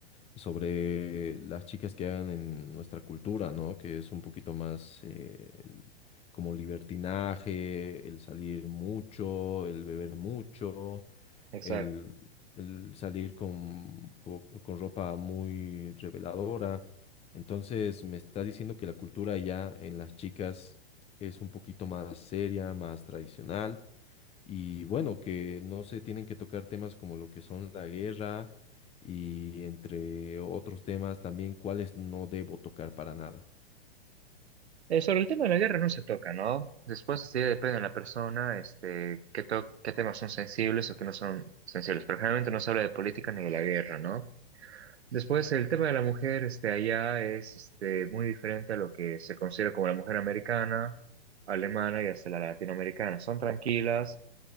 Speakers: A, on the left; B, on the right.
A: sobre las chicas que hagan en nuestra cultura, ¿no? Que es un poquito más eh, el- como libertinaje, el salir mucho, el beber mucho,
B: exacto.
A: el, el salir con, po- con ropa muy reveladora. Entonces me está diciendo que la cultura ya en las chicas es un poquito más seria, más tradicional. Y bueno, que no se tienen que tocar temas como lo que son la guerra y entre otros temas también cuáles no debo tocar para nada.
B: Eh, sobre el tema de la guerra no se toca, ¿no? Después sí depende de la persona, este, qué, to- qué temas son sensibles o qué no son sensibles, pero generalmente no se habla de política ni de la guerra, ¿no? Después, el tema de la mujer este, allá es este, muy diferente a lo que se considera como la mujer americana, alemana y hasta la latinoamericana. Son tranquilas,